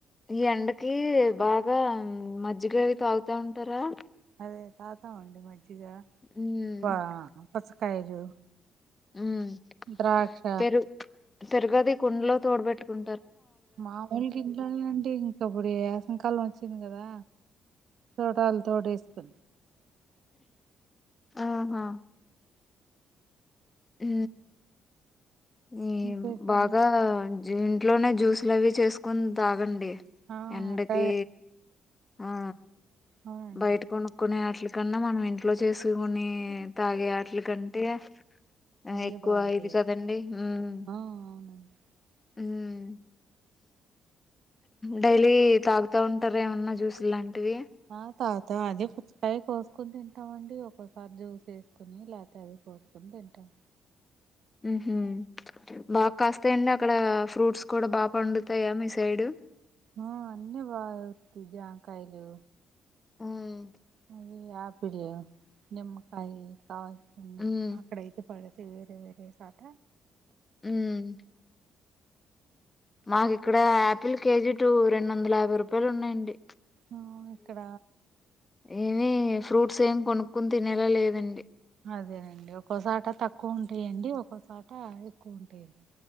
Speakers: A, on the left; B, on the right.
A: ఈ ఎండకి బాగా ఉమ్ మజ్జిగ అవి తాగుతా ఉంటారా
B: అదే తాగుతామండి మజ్జిగ
A: హ్మ్
B: వా పుచ్చకాయలు
A: ఉమ్
B: ద్రాక్ష
A: పెరు పెరుగది కుండలో తోడుబెట్టుకుం
B: మాములుగా ఇంట్లోనే ఉంటే ఇంకప్పుడు ఏసంకాలం వచ్చింది కదా తోటాల్ తోడేస్త్
A: ఆహా ఆ ఈ
B: ఇంకేంటండి
A: బాగా ఇంట్లోనే జ్యూస్లవి చేసుకుని తాగండి
B: ఆ
A: ఎండకి
B: అట్టే
A: ఆ
B: అవునండి
A: బయట కొనుక్కునే కన్నా మనం ఇంట్లో చేసుకుని తాగే ఆటల కంటే ఆ ఎక్కువ
B: ఏ బాగుంటాయి
A: ఇది కదండి హుమ్
B: ఆ అవునండి
A: హుమ్ డైలీ తాగుతా ఉంటార ఏమన్నా జ్యూస్ లాంటివి
B: ఆ తాగుతా అది పుచ్చకాయ కోసుకొని తింటామండి ఒక్కోసారి జ్యూస్ వేసుకుని లేకపోతే అది కోసుకుని తింటాం
A: హుమ్ హూ బాగ్ కాస్త్ యండి అక్కడ ఫ్రూట్స్ కూడా బాగా పండుతాయా మీ సైడు
B: ఆ అన్ని బాగ్ కాతయ్ జామ్ కాయలు
A: హుమ్
B: అయి ఆపిల్ నిమ్మకాయ కావలసిన వన్ని
A: ఉమ్
B: అక్కడయితే పడతీ వేరే వేరే సాట
A: హుమ్ మాకు ఇక్కడ ఆపిల్ కేజీ టు రెండు వందల యాభై రూపాయలు ఉన్నాయండి
B: ఆ ఇక్కడ
A: ఏవి ఫ్రూట్స్ ఏమి కొనుకుని తినేలా లేదండి
B: అదేనండి ఒక్కోసాట తక్కువ ఉంటాయండి ఒక్కోసాట ఎక్కువ ఉంటాయండి